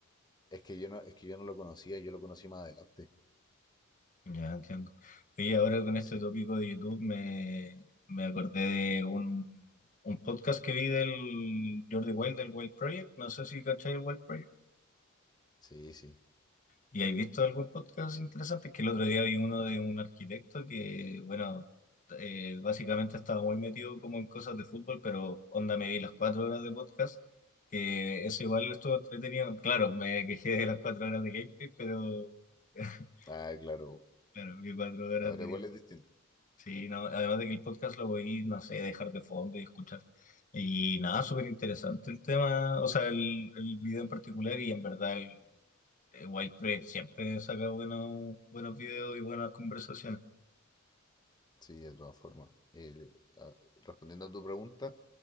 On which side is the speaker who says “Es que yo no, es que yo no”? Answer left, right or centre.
Left